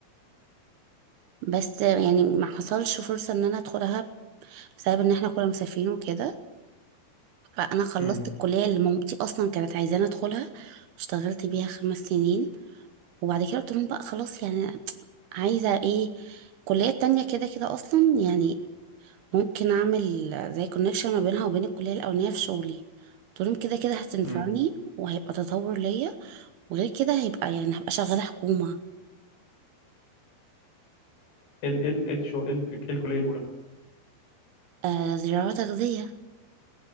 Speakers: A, on the right; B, on the left.
A: بس يعني ما حصلش فرصه ان انا ادخلها بسبب ان احنا كنا مسافرين وكده فانا خلصت
B: امم
A: الكليه اللي مامتي اصلا كانت عايزاني ادخلها واشتغلت بيها خمس سنين وبعد كده قلت لهم بقى خلاص يعني عايزه ايه الكليه التانية كده كده اصلا يعني ممكن اعمل زي كونكشن ما بينها وبين الكليه الاولانيه في شغلي قلت لهم كده كده هتنفعني
B: امم
A: وهيبقى تطور ليا وغير كده هيبقى يعني هبقى شغاله حكومه
B: ال ال ال شو ال ال- الكليه الاولى
A: آه زراعه تغذيه